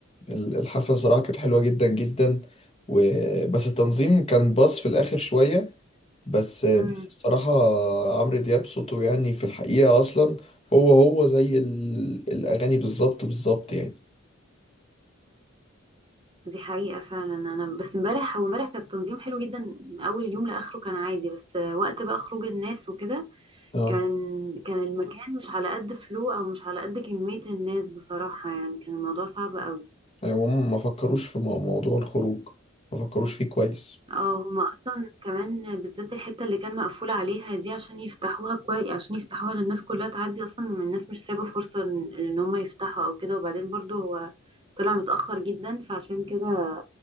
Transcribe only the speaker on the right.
امم
دي حقيقه فعلا انا بس امبارح هو امبارح كان التنظيم حلو جدا من اول اليوم لاخره كان عادي بس وقت بقى خروج الناس وكده
كان كان المكان مش على قد فلو او مش على قد كميه الناس بصراحه يعني كان الموضوع صعب قوي
اه هما اصلا كمان بالذات الحته اللي كان مقفول عليها دي عشان يفتحوها كويس عشان يفتحوها للناس كلها تعدي اصلا الناس مش سايبه فرصه ان إن هما يفتحوا او كده وبعدين برضو هو طلع متاخر جدا فعشان كده